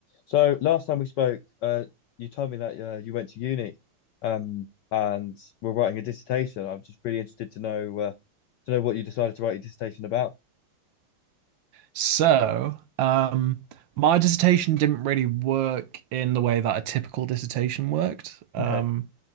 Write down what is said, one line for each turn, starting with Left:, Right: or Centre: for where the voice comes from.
Left: So last time we spoke, uh, you told me that uh, you went to uni, um, and were writing a dissertation. I'm just really interested to know uh, to know what you decided to write your dissertation about.
Right: So, um, my dissertation didn't really work in the way that a typical dissertation worked. Um,
Left: Okay,